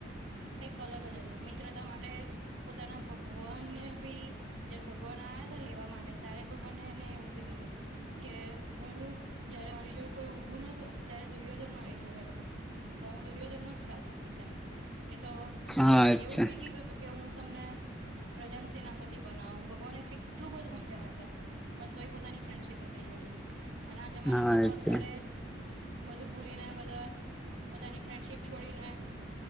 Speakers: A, on the right (about 80°); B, in the centre.
A: કઈક અલગ જ હતા મિત્રતા માટે પોતાના ભગવાનને બી જયારે ભગવાન આવ્યા હતા લેવા માટે ત્યારે ભગવાનને એને એવું કીધું હતું. કે હું જયારે મારી જોડે કોઈ ઉભું નતું ત્યારે દુર્યોધન મારી જોડે હતો, તો હું દુર્યોધન નો જ સાથ આપીશ એમ, નહી તો
B: હા અચ્છા
A: એવું બી કીધું હતું કે હું તમને પ્રધાન સેનાપતિ બનાવું ભગવાને કેટલું બધું સમજાયા હતા. પણ તોય પોતાની ફ્રેન્ડશીપ નથી છોડી, અને આ જમાનામાં
B: હા
A: તો
B: અચ્છા
A: અત્યારે બધું ભૂલીને બધા પોતાની ફ્રેન્ડશીપ છોડીને.